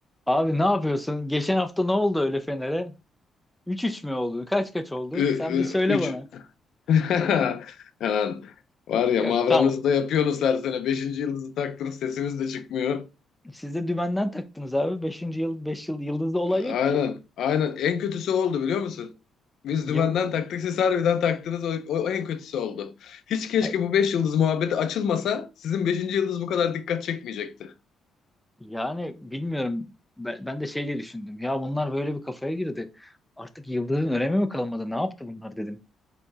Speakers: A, in the centre; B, on the left.
A: Abi ne yapıyorsun? Geçen hafta ne oldu öyle Fener'e? Üç üç mü oldu? Kaç kaç oldu?
B: Ü-
A: Sen
B: ü-
A: bir söyle
B: Üç.
A: bana.
B: <laughs> Hemen. Var ya
A: Yok
B: Mavranızı
A: tamam.
B: da yapıyorsunuz her sene. Beşinci yıldızı taktınız sesimiz de çıkmıyor.
A: Siz de dümenden taktınız abi. Beşinci yıl 5 yıl yıldızda olay
B: Aynen.
A: yok ki.
B: Aynen. En kötüsü oldu biliyor musun? Biz
A: Yıl
B: dümenden taktık siz harbiden taktınız. O, o en kötüsü oldu. Hiç keşke
A: Ay,
B: bu beş yıldız muhabbeti açılmasa sizin beşinci yıldız bu kadar dikkat çekmeyecekti.
A: yani bilmiyorum. Ben, ben de şey diye düşündüm. Ya bunlar böyle bir kafaya girdi. Artık yıldızın önemi mi kalmadı? Ne yaptı bunlar dedim.